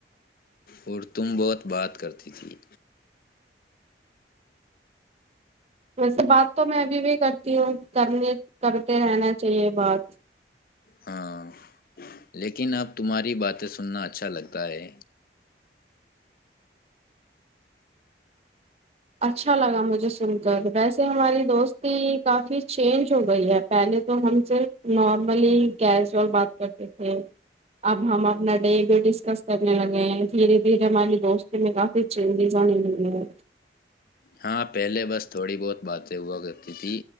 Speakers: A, on the left (about 50°); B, on the right (about 35°).
A: اور تم بہت بات کرتی تھی
B: ویسے بات تو میں ابھی بھی کرتی ہوں کرنے کرتے رہنا چاہیے بات
A: ہاں لیکن اب تمہاری باتیں سننا اچھا لگتا ہے
B: اچھا لگا مجھے سن کر ویسے ہماری دوستی کافی چینج ہو گئی ہے پہلے تو ہم صرف نارملی کیزئول بات کرتے تھے اب ہم اپنا ڈے بھی ڈسکس کرنے لگے ہیں دھیرے دھیرے ہماری دوستی میں کافی چینجز آنے لگے ہیں
A: ہاں پہلے بس تھوڑی بہت باتیں ہوا کرتی تھی